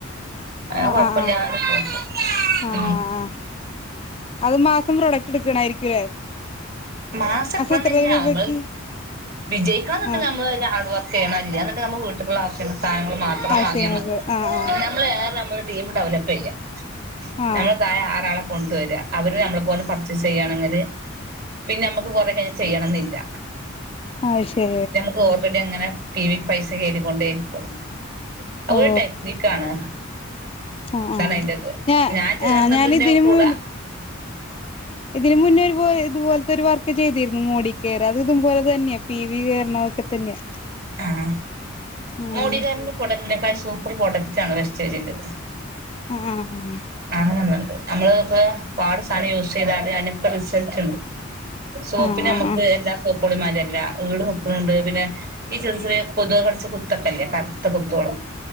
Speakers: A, on the right; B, on the left.
A: അനെ
B: ആഹ്
A: കൊഴപ്പല്ലാതെ
B: ആഹ് ആഹ്
A: പോവ്ണ്ട്
B: ആഹ് അത് മാസം പ്രൊഡക്റ്റ് എടുക്കണായിരിക്കുംല്ലേ
A: മാസം എടുക്കണോന്നില്ല
B: എത്ര രൂപക്ക്
A: നമ്മള് വിജയിക്കണം ന്നുണ്ട്
B: ആഹ്
A: നമ്മള് തന്നെ ഹാർഡ് വർക്ക്‌ <unintelligible> ഇല്ല്യാ ന്ന്ണ്ടേ നമ്മ വീട്ട്ക്ക്ള്ള അവശ്യ സാധനങ്ങള് മാത്രം
B: ആവശ്യങ്ങൾക്ക്
A: വാങ്ങിയ മതി
B: ആഹ്
A: നമ്മള് ഏറെ മ്മള് ടീം ഡെവലപ്പ് ചെയ്യ
B: ആഹ്
A: നമ്മൾ തായേ ആറാളെ കൊണ്ടുവര്ആ അവര് നമ്മളെ പോലെ പർച്ചസെയ്യാണെങ്കില് പിന്നെ നമ്മുക്ക് കൊറെ ചെയ്യണംന്നില്ല
B: അഹ് ശരി
A: ത് ഓൾറെഡി അങ്ങനെ പി വി പൈസ കേയറിക്കൊണ്ടേയിരിക്കും അഹ്
B: ഓ
A: ഒരു ടെക്നിക്ക് ആണ്
B: ആഹ്
A: ഇതാണ്
B: ആഹ്
A: അയിന്റത്
B: ഞാ
A: ഞാൻ ചേർന്നതിന്റെ
B: ആഹ് ഞാനിതിന്
A: കൂടെ
B: മുൻ ഇതിന് മുന്നൊരു ഇതുപോലത്തെ ഒരു വർക്ക് ചെയ്തിരുന്നു മോഡി കെയറ് അത് ഇതുപോലെ തന്നെയാ പി വി കേറണൊക്കെ തന്നെയാ
A: ആഹ്
B: ഉം
A: മോഡികെയറിന്റെ പ്രോഡക്റ്റിനെക്കാൾ സൂപ്പർ പ്രോഡക്റ്റ് ആണ് വെസ്ചേജിന്റെ
B: ആഹ് ആഹ്
A: അങ്ങനൊന്നുണ്ട് നമ്മള് ഇപ്പോ പാട് സാനം യൂസെയ്താല് അയ്നൊക്കെ റിസൾട്ട്ണ്ട് സോപ്പിന്
B: ആഹ്
A: നമ്മക്ക് എല്ലാ സോപ്പളിമാരല്ല ഈട് നിക്കുന്നുണ്ട് പിന്നെ ഈ ചെറ് ചെറ്യേ കൊതുക് കടിച്ച കുത്തൊക്കെല്ലേ കറുത്ത കുത്തോളു